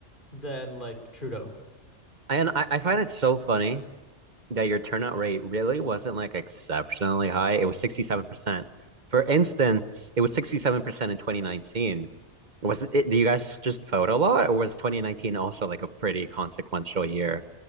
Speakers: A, on the left (about 45°); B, on the right (about 40°).
A: than like Trudeau.
B: and I, I find it so funny that your turnout rate really wasn't like exceptionally high. It was 67%. For instance, it was 67% in 2019. Was it, do you guys just vote a lot, or was 2019 also like a pretty consequential year?